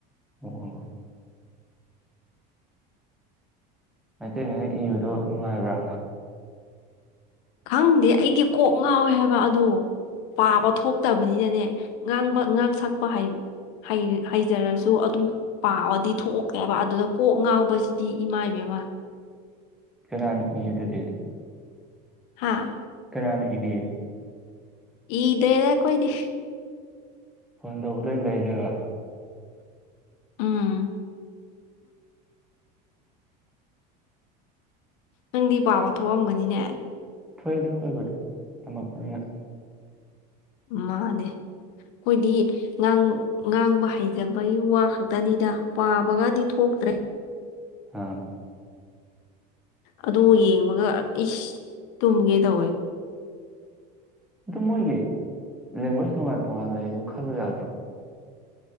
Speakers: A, in the centre; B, on the left.
A: ꯑꯣ ꯃꯩꯇꯩꯉꯩꯅ ꯏꯕꯗꯣ ꯅꯨꯡꯉꯥꯏꯕ꯭ꯔꯥ
B: ꯈꯪꯗꯦ ꯑꯩꯗꯤ ꯀꯣꯛ ꯉꯥꯎꯋꯦ ꯍꯥꯏꯕ ꯑꯗꯣ ꯄꯥꯕ ꯊꯣꯛꯇꯕꯅꯤꯅꯅꯦ ꯉꯥꯡꯕ ꯉꯥꯡ ꯁꯛꯄ ꯍꯥꯏ ꯍꯩꯖꯔꯁꯨ ꯑꯗꯨꯝ ꯄꯥꯕꯗꯤ ꯊꯣꯛꯀꯦꯕ ꯑꯗꯨꯗ ꯀꯣꯛ ꯉꯥꯎꯕꯁꯤꯗꯤ ꯏꯃꯥ ꯏꯕꯦꯝ ꯋꯥ
A: ꯀꯅꯥꯅ ꯏꯗꯨꯗꯤꯦ
B: ꯍꯥꯥ
A: ꯀꯅꯥꯅ ꯏꯕꯤ
B: ꯏꯗꯦꯗꯀꯣꯏꯣꯏꯗꯤ
A: ꯐꯣꯟ ꯇꯧꯕꯗ ꯑꯣꯏꯅ ꯂꯩꯔꯦꯕ
B: ꯎꯝ ꯅꯪꯗꯤ ꯄꯥꯕ ꯊꯣꯛꯑꯝꯒꯅꯤꯅꯦ
A: ꯊꯣꯏꯗ ꯍꯣꯏꯕꯗꯤ ꯇꯝꯃꯛꯄꯅꯤꯅ
B: ꯃꯥꯅꯦ ꯑꯩꯈꯣꯏꯗꯤ ꯉꯥꯡ ꯉꯥꯡꯕ ꯍꯩꯖꯕꯒꯤ ꯋꯥ ꯈꯛꯇꯅꯤꯗ ꯄꯥꯕꯒꯗꯤ ꯊꯣꯛ ꯇ꯭ꯔꯦ
A: ꯑꯥ
B: ꯑꯗꯨ ꯌꯦꯡꯕꯒ ꯏꯁ ꯇꯨꯝꯒꯦ ꯇꯧꯋꯦ
A: ꯑꯗꯨ ꯃꯣꯏꯒꯤ ꯂꯦꯡꯒ꯭ꯋꯦꯖ ꯇꯣꯉꯥꯟ ꯇꯣꯉꯥꯟ ꯂꯩꯗꯨ ꯈꯜꯂ ꯌꯥꯗ꯭ꯔꯣ